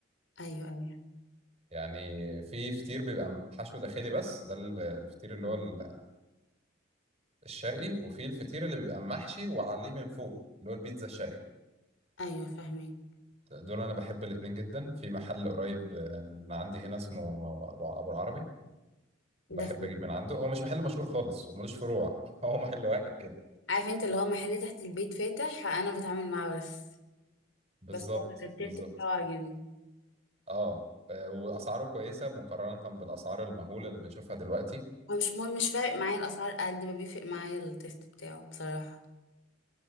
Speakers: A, on the left; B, on the right.
A: ايوه ايوه
B: يعني في فطير بيبقى حشو داخلي بس ده ال- الفطير اللي
A: مم.
B: هو ال- الشرقي وفي الفطير اللي بيبقى محشي وعليه من فوق اللي هو البيتزا الشرقي
A: ايوه فاهمه
B: دول انا بحب الاتنين جدا في محل قريب من عندي هنا اسمه ابو أبو العربي بحب
A: ده في
B: اجيب من عنده هو مش محل مشهور خالص وملوش فروع <laughs> هو محل واحد كده
A: عارف انت اللي هو محل تحت البيت فاتح انا بتعامل معاه بس
B: بالظبط
A: بس هو أنا التيست
B: بالظبط
A: بتاعه عاجبني
B: اه آه، واسعاره كويسه مقارنه بالاسعار المهوله اللي بنشوفها دلوقتي
A: هو مش مهم مش فارق معايا الاسعار قد ما بيفرق معايا التيست بتاعه بصراحة